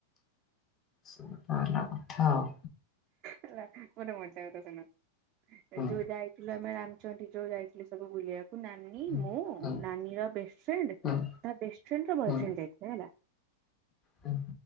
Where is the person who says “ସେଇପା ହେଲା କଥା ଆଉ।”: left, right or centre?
Left